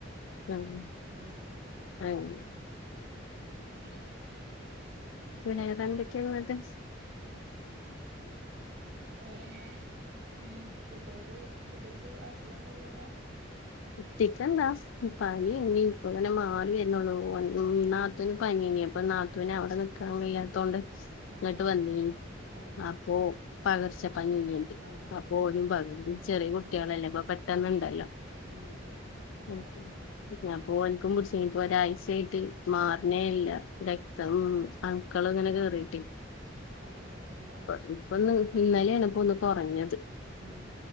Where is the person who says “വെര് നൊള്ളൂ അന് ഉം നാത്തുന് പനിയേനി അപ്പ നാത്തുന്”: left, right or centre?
Left